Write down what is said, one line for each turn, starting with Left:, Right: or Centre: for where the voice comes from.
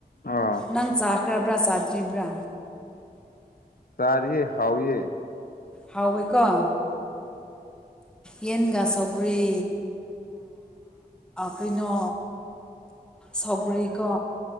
Left: ꯑꯣ
Centre: ꯅꯪ ꯆꯥꯈ꯭ꯔꯕ ꯄ꯭ꯔꯆꯥꯥꯔꯖꯤꯕ꯭ꯔꯥ
Left: ꯁꯔꯍꯤ ꯍꯥꯎꯥꯎꯦ
Centre: ꯍꯥꯎꯋꯦꯀꯣ ꯌꯦꯟꯒ ꯆꯧꯒꯔꯤ ꯀꯩꯅꯣ ꯁꯒꯔꯤ ꯀ